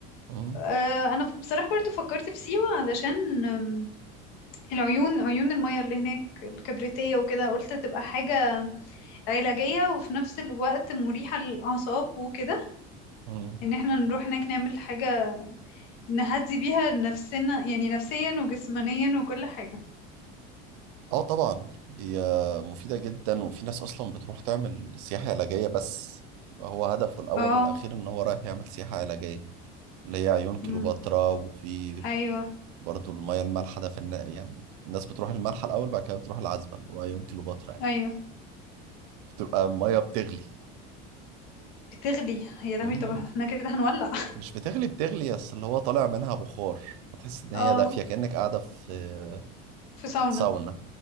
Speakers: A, on the right; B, on the left.
A: مم.
B: آه انا بصراحة برضو فكرت في سيوة علشان آم، العيون عيون المياه اللي هناك الكبريتية وكده قلت تبقى حاجة علاجية وفي نفس الوقت مريحة للأعصاب وكده
A: مم.
B: ان احنا نروح هناك نعمل حاجة نهدي بيها نفسنا يعني نفسيا وجسمانيا وكل حاجة
A: اه طبعا هي مفيدة جدا وفي ناس اصلا بتروح تعمل سياحة علاجية بس يبقى هو هدفه الاول
B: اه
A: والاخير ان هو رايح يعمل سياحة علاجية اللي هي عيون كليوباترا
B: أمم،
A: وفي
B: ايوه
A: برضو المياه المالحة ده في النا... يعني الناس بتروح المالحة الاول بعد كده بتروح العذبة اللي هو عيون كليوباترا يعني
B: ايوه
A: بتبقى المياه بتغلي
B: بتغلي يا لهوي
A: مم.
B: طب احنا كده هنولع
A: مش بتغلي بتغلي بس اللي هو طالع منها بخار فتحس
B: <laughs>
A: ان هي
B: اه
A: دافيه كانك قاعده في
B: في ساونا
A: ساونا